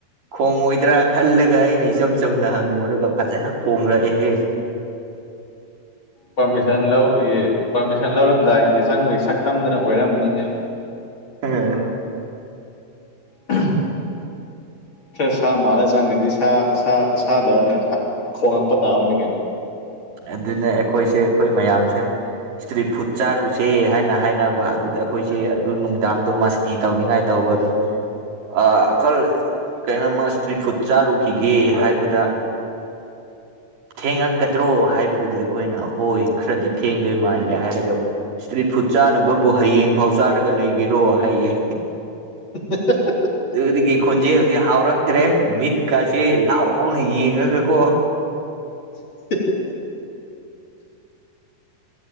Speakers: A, on the right (about 80°); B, on the left (about 35°).
A: ꯈꯣꯡꯉꯣꯏꯗ꯭ꯔꯥ ꯈꯜꯂꯒ ꯑꯩꯅ ꯏꯆꯝ ꯆꯨꯝꯅ ꯍꯪꯉꯨꯔꯒ ꯐꯖꯅ ꯈꯣꯡꯂꯛꯑꯦꯍꯦ
B: ꯄꯔꯃꯤꯁꯟ ꯂꯧꯕꯒꯤ ꯄꯔꯃꯤꯁꯟ ꯂꯧꯔꯝꯗꯥꯏꯒꯤ ꯆꯪꯕꯒꯤ ꯁꯛꯇꯝꯗꯨꯅ ꯑꯣꯏꯔꯝꯕꯅꯤꯅꯦ
A: ꯑꯝ
B: <inaudible> ꯈꯔ ꯁꯥ ꯃꯥꯜꯂ ꯆꯪꯉꯗꯤ ꯁꯥ ꯁꯥ ꯁꯥꯗꯧꯅ ꯈꯣꯉꯛꯄ ꯇꯥꯕꯅꯦ ꯀꯩꯅꯣ
A: ꯑꯗꯨꯅ ꯑꯩꯈꯣꯏꯁꯦ ꯑꯩꯈꯣꯏ ꯃꯌꯥꯝꯁꯦ ꯏꯁꯇ꯭ꯔꯤꯠ ꯐꯨꯗ ꯆꯥꯔꯨꯁꯦ ꯍꯥꯏꯅ ꯍꯥꯏꯅꯕ ꯑꯗꯨꯗ ꯑꯩꯈꯣꯏꯁꯦ ꯑꯗꯨ ꯅꯨꯡꯗꯥꯡꯗꯣ ꯃꯁꯇꯤ ꯇꯧꯅꯤꯡꯉꯥꯏ ꯇꯧꯕ ꯑꯗꯨ ꯑ ꯑꯀꯜ ꯀꯔꯤꯅꯣꯝꯃ ꯏꯁꯇ꯭ꯔꯤꯠ ꯐꯨꯗ ꯆꯥꯔꯨꯈꯤꯒꯦ ꯍꯥꯏꯕꯗ ꯊꯦꯡꯉꯛꯀ ꯗ꯭ꯔꯣ ꯍꯥꯏꯕꯗꯨꯗ ꯑꯩꯈꯣꯏꯅ ꯍꯣꯏ ꯈꯔꯗꯤ ꯊꯦꯡꯗꯣꯏ ꯃꯥꯜꯂꯦ ꯍꯥꯏꯔꯒ ꯏꯁꯇ꯭ꯔꯤꯠ ꯐꯨꯗ ꯆꯥꯅꯕꯕꯨ ꯍꯌꯦꯡ ꯐꯥꯎ ꯆꯥꯔꯒ ꯂꯩꯒꯦꯔꯣ ꯍꯥꯏꯌꯦ
B: <unintelligible>
A: ꯑꯗꯨꯗꯒꯤ ꯈꯣꯟꯖꯦꯜꯗꯨꯗꯤ ꯍꯥꯎꯔꯛꯇ꯭ꯔꯦ ꯃꯤꯠꯀꯥꯁꯦ ꯂꯥꯎ ꯂꯥꯎꯅ ꯌꯦꯡꯉꯒꯀꯣ
B: <unintelligible>